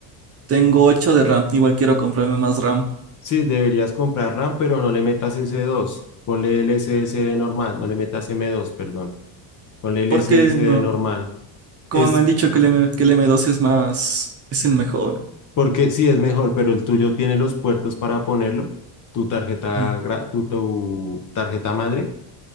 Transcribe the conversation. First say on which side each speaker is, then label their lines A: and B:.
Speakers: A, on the right; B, on the left.
A: tengo ocho de RAM. Igual quiero comprarme más RAM.
B: Sí, deberías comprar RAM, pero no le metas S2. Ponle el S SSD normal, no le metas M2, perdón. Ponle el
A: Porque
B: SSD
A: no,
B: normal.
A: como
B: Es
A: me han dicho que el, M, que el M2 es más, es el mejor.
B: porque sí es mejor, pero el tuyo tiene los puertos para ponerlo. Tu tarjeta,
A: Ujú.
B: gra- tu, tu tarjeta madre.